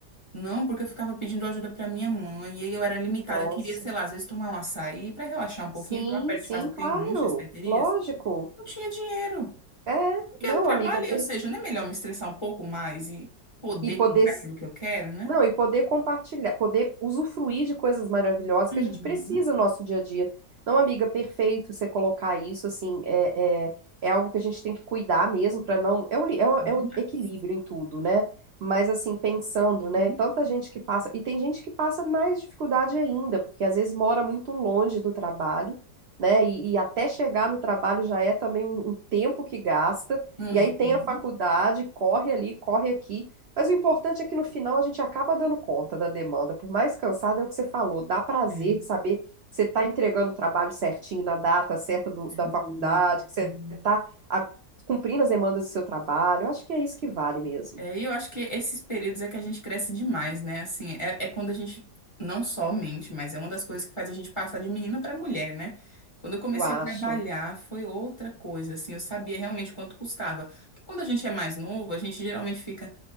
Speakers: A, on the left; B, on the right.
A: Não, porque eu ficava pedindo ajuda pra minha mãe, e aí eu era limitada,
B: nossa.
A: queria, sei lá, às vezes tomar um açaí pra relaxar um pouquinho,
B: Sim,
A: porque lá perto
B: sim,
A: de casa
B: claro,
A: tem um monte de açaiterias.
B: lógico.
A: Não tinha dinheiro.
B: É,
A: Porque
B: não,
A: eu não trabalhei,
B: amiga, é des-
A: ou seja, não é melhor me estressar um pouco mais e poder
B: e poder
A: comprar aquilo que eu quero, né?
B: Não, e poder compartilhar, poder usufruir de coisas maravilhosas que
A: Uhum.
B: a gente precisa no nosso dia a dia. Não, amiga, perfeito você colocar isso, assim, é, é, é algo que a gente tem que cuidar mesmo para não. É o, li- é o,
A: Demais.
B: é o equilíbrio em tudo, né? Mas, assim, pensando,
A: Uhum.
B: né? Tanta gente que passa. E tem gente que passa mais dificuldade ainda, porque às vezes mora muito longe do trabalho, né? E, e até chegar no trabalho já é também um um tempo que gasta.
A: Uhum.
B: E aí tem a faculdade, corre ali, corre aqui. Mas o importante é que no final a gente acaba dando conta da demanda, por mais cansada é o que você falou, dá prazer
A: É.
B: de saber que você está entregando o trabalho certinho na data certa do- da
A: Sim,
B: faculdade,
A: sim.
B: que você está cumprindo as demandas do seu trabalho. Eu acho que é isso que vale mesmo.
A: É, e eu acho que esses períodos é que a gente cresce demais, né? Assim, é, é quando a gente não só mente, mas é uma das coisas que faz a gente passar de menina para mulher, né? Quando eu comecei
B: Eu acho.
A: a trabalhar, foi outra coisa, assim, eu sabia realmente quanto custava. Porque quando a gente é mais novo, a gente geralmente fica.